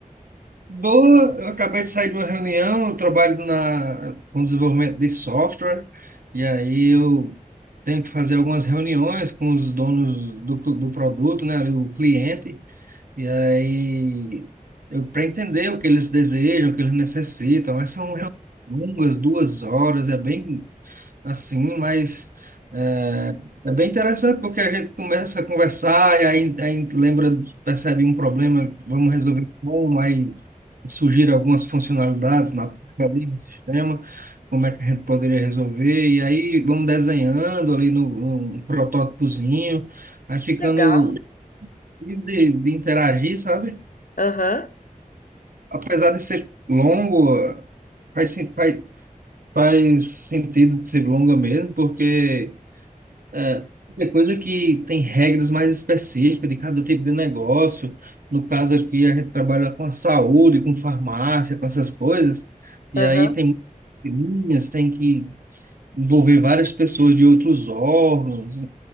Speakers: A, on the right; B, on the left.
A: Boa, eu acabei de sair de uma reunião, eu trabalho na, com desenvolvimento de software, e aí eu tenho que fazer algumas reuniões com os donos do, do produto, né, ali o cliente, E aí, eu para entender o que eles desejam, o que eles necessitam, mas são realmente longas, duas horas, é bem assim, mas é, é bem interessante porque a gente começa a conversar e aí, aí lembra, percebe um problema, vamos resolver como, aí surgiram algumas funcionalidades na ali no sistema, como é que a gente poderia resolver, e aí vamos desenhando ali no, num protótipozinho, aí ficando
B: Legal.
A: livre de, de interagir, sabe?
B: Aham,
A: apesar de ser longo, faz, sen- faz, faz sentido de ser longa mesmo, porque é, é coisa que tem regras mais específicas de cada tipo de negócio. No caso aqui, a gente trabalha com a saúde, com farmácia, com essas coisas, e
B: aham.
A: aí tem muitas linhas, tem que envolver várias pessoas de outros órgãos.